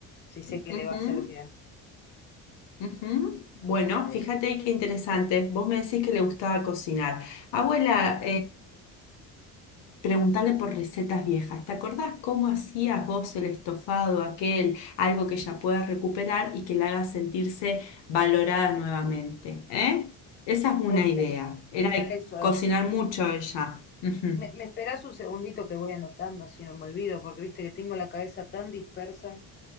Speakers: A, on the left (about 25°); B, on the left (about 65°).
A: si sé que
B: ujú,
A: le va a hacer bien.
B: ujú. Bueno,
A: Eh,
B: fíjate qué interesante. Vos me decís que le gustaba cocinar. Abuela, Preguntarle por recetas viejas. ¿Te acordás cómo hacías vos el estofado aquel? Algo que ella pueda recuperar y que la haga sentirse valorada nuevamente. ¿eh? Esa es una
A: ok,
B: idea. Era de
A: eso.
B: cocinar mucho ella. Ujú.
A: Me, me esperás un segundito que voy anotando, así no me olvido, porque viste que tengo la cabeza tan dispersa.